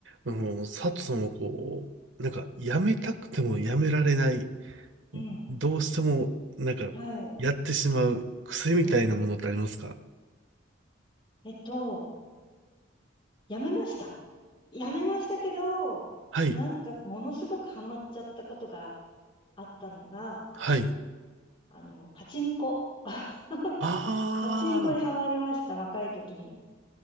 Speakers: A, on the right; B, on the left.
A: あの、佐藤さんはこう、なんか、やめたくてもやめられない、
B: うん。
A: どうしても、なんか、
B: はい。
A: やってしまう癖みたいなものってありますか
B: うん。えっと、やめました。やめましたけど、
A: はい、
B: なんか、ものすごくハマっちゃったことがあったのが、
A: はい。
B: あの、パチンコ。<laughs>
A: ああ、
B: パチンコにハマりました、若い時に。